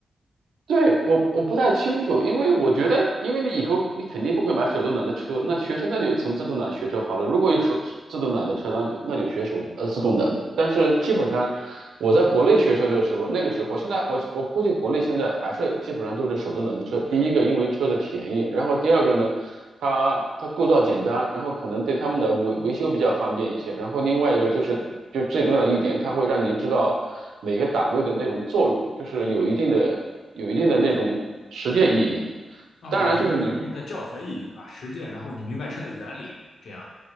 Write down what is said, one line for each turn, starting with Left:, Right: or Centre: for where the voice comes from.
Right: 对，我我不太清楚，因为我觉得，因为你以后你肯定不会买手动挡的车，那学车那就从自动挡学车好了。如果有手自动挡的车，那就那就学手动呃自动挡的。但是基本上我在国内学车的时候，那个时候，我现在我我估计国内现在还是基本上都是手动挡的车。第一个，因为车的便宜，然后第二个呢，它它构造简单，然后可能对他们的维维修比较方便一些。然后另外一个就是，就最重要的一点，它会让你知道每个档位的那种作用，就是有一定的。有一定的那种实践意义。
Left: 哦，
Right: 当然，
Left: 有一定有一定的教学意义，
Right: 就是你
Left: 对吧？实践，然后你明白车的原理，这样。